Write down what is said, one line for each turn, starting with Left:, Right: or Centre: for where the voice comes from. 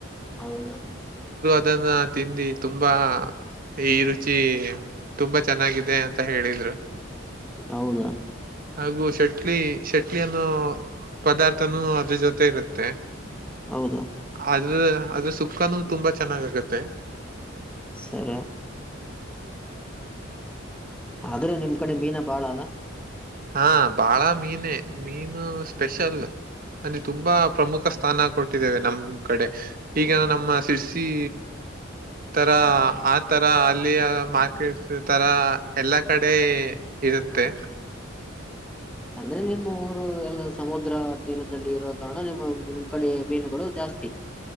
Centre: ಹೌದಾ
Right: ಇದನ್ನ ತಿಂಡ ತುಂಬಾ ಈ ರುಚಿ ತುಂಬಾ ಚೆನ್ನಾಗಿದೆ ಅಂತ ಹೇಳಿದ್ರು
Centre: ಹೌದಾ
Right: ಹಾಗು ಶಟ್ಲಿ ಶಟ್ಲಿ ಅನ್ನೋ ಪದಾರ್ಥನೂ ಅದ್ರ ಜೊತೆ ಇರುತ್ತೆ
Centre: ಹೌದಾ
Right: ಅದ್ರ ಅದ್ರ ಸುಖನೂ ತುಂಬಾ ಚೆನ್ನಾಗ್ಗತ್ತೆ
Centre: ಸರ ಆದ್ರೆ ನಿಮ್ ಕಡೆ ಮೀನ ಬಾಳ ಅಲ್ಲ
Right: ಹಾ ಬಾಳ ಮೀನ ಮೀನು ಸ್ಪೆಷಲ್ ಅಲ್ಲಿೆ ತುಂಬಾ ಪ್ರಮುಖ ಸ್ಥಾನ ಕೊಟ್ಟಿದ್ದೇವೆ ನಮ್ ಕಡೆ
Centre: ಹೌದು
Right: ಈಗ ನಮ್ಮ ಈ ತರ ಆ ತರ ಅಲ್ಲಿಯ ಮಾರ್ಕೆಟ್ಸ್ ತರ ಎಲ್ಲಾ ಕಡೆ ಇರುತ್ತೆ
Centre: ಅಂದ್ರೆ ನಿಮ್ಮ ಊರು ಎಲ್ಲ ಸಮುದ್ರ ತೀರದಲ್ಲಿ ಇರುವೋ ಕಾರಣ ನಿಮ್ಮ ನಿಮ್ ಕಡೆ ಮೀನುಗಳು ಜಾಸ್ತಿ ಅತಿ